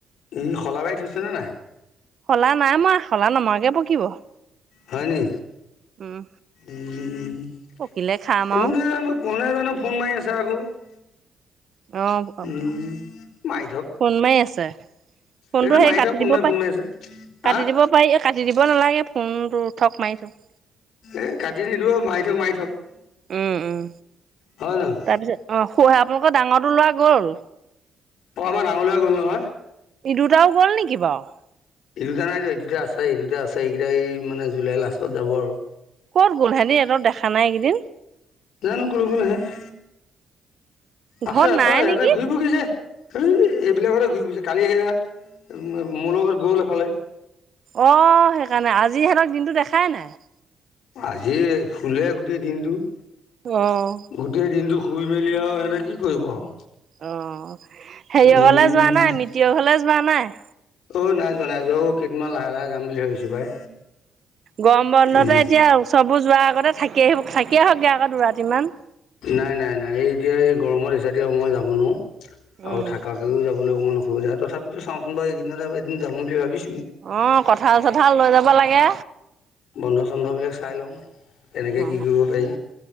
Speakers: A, on the left; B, on the right.
A: ই শলাবাৰি থৈছেনে নাই? <unintelligible>
B: শলা নাই মৰা, শলা নমৰাকে পকিব। <inaudible>
A: হয় নি?
B: উম,
A: <inaudible>
B: পকিলে খাম
A: কোনো
B: আৰু।
A: হয় জানো? কোনে হয় জানো ফোন মাৰি আছে আকৌ। <unintelligible>
B: অঁ! <inaudible>
A: উম, মাৰি থক,
B: ফোন মাৰি আছে? ফোনটো
A: এইটো
B: সেই
A: মাৰি
B: কাটি
A: থক কোনোবাই
B: দিব
A: ফোন
B: পাই,
A: মাৰি আছে। হা?
B: কাটি দিব <inaudible> পাৰি কাটি দিব নালাগে ফোনটো ঠক মাৰি থাক <inaudible>
A: এই কাটি নিদো মাৰি থক, মাৰি থক। <unintelligible>
B: উম-উম!
A: হয় নহয়?
B: তাৰপিছত অ <inaudible> আপোনালোকৰ ডাঙৰটো লৰা গ'ল?
A: অঁ! আমাৰ ডাঙৰ লৰা গল নহয়। <inaudible>
B: সি দুটাও গ'ল নেকি বাৰু? <inaudible>
A: ই দুটা নাই যোৱা। ই দুটা আছে, ই দুটা আছে এইকেইটা এই মানে জুলাই লাষ্টত যাব আৰু। <inaudible>
B: ক'ত গ'ল সিহঁতি ইহঁতক দেখা নাই এইকেইদিন? <inaudible>
A: জানো কলৈ গ'ল ইহেঁত। <inaudible>
B: ঘৰত
A: আছে-আছে
B: নাই
A: সিহঁতে
B: নেকি
A: ঘূৰি ফুৰিছে। <unintelligible> এই এইবিলাকতে ঘূৰি ফুৰিছে। কালি এইয়া মোৰ লগতে গ'ল এফালে। <inaudible>
B: অঁ! সেইকাৰণে আজি সিহঁতক দিনটো দেখাই নাই। <inaudible>
A: আজি শুলে গোটেই দিনটো। <inaudible>
B: অহ।
A: গোটেই দিনটো শুই মেলি আৰু এনেই কি কৰিব আৰু।
B: অহ', হেৰিয়
A: উম
B: ঘলে যোৱা নাই, মিটয় ঘলে যোৱা নাই?
A: অ নাই যোৱা, নাই যোৱা অ, কেইদমান লাহে-লাহে যাম বুলি ভাবিছো পাই।
B: গৰম বন্ধতে
A: উম
B: এতিয়া- চবো যোৱাৰ আগতে থাকিয়েই, থাকিয়ে আহক গৈ আকৌ দুৱাতিমান?
A: নাই-নাই-নাই। এই এতিয়া এই গৰমত হিচাতি মই যাব নোৱাৰো
B: উম
A: আৰু থাকা- মোৰো যাবলৈ অকণ অসুবিধা হয়, তথাপিতো চাওঁচোন বাৰু এইকেইদিনত এদিন যাম বুলি ভাবিছোঁ।
B: অঁহ', কঁঠাল-চঠাল লৈ যাব লাগে।
A: বন্ধ-চন্ধবিলাক চাই লওঁ কেনেকৈ
B: অ
A: কি কৰিব পাৰি।